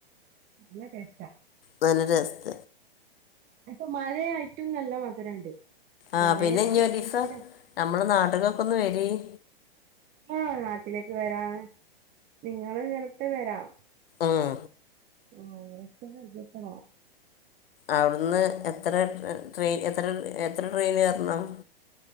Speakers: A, on the right; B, on the left.
A: നല്ല ടേസ്റ്റാ
B: വളരസ്ഥ
A: അപ്പൊ മഴയായിട്ടും നല്ല മധുരണ്ട് കൊറേ
B: ആഹ പിന്നെ ഇനി ഒരീസം
A: പിന്നെ
B: നമ്മളെ നാട്ട്കൊക്കൊന്ന് വെരീം
A: ആഹ് നാട്ടിലേക്ക് വെരാ നിങ്ങള് ഇനത്തെ വരാം
B: ആഹ
A: ആ അങ്ങൊക്ക കഴചത്തണോ
B: അവിടുന്ന് എത്ര ട്രെയിൻ എത്ര എത്ര ട്രെയിൻ കേറണം